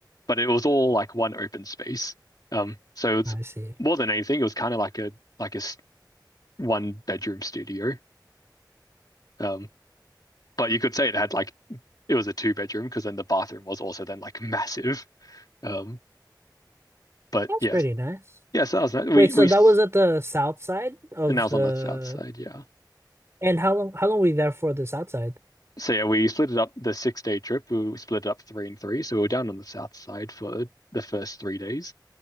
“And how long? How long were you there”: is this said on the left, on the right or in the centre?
Right